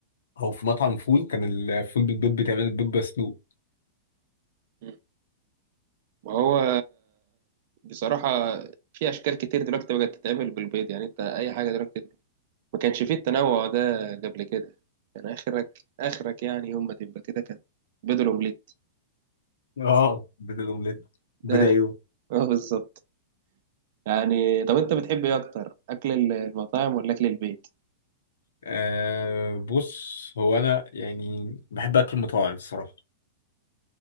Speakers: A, on the left; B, on the right.
A: او في مطعم فول كان الفول بالبيض بيتعمل بيض مسلوق
B: مم. ما هو بصراحه في اشكال كتير دلوقتي بقت تتعمل بالبيض يعني انت اي حاجه دلوقتي ما كانش فيه التنوع ده قبل كده كان اخرك اخرك يعني يوم ما تبقى كده كان بيض الاومليت
A: اه بدل الاومليت بيض
B: داخل
A: عيون
B: اه بالظبط يعني طب انت بتحب ايه اكتر اكل ال- المطاعم ولا اكل البيت
A: أه بص هو انا يعني بحب اكل المطاعم الصراحة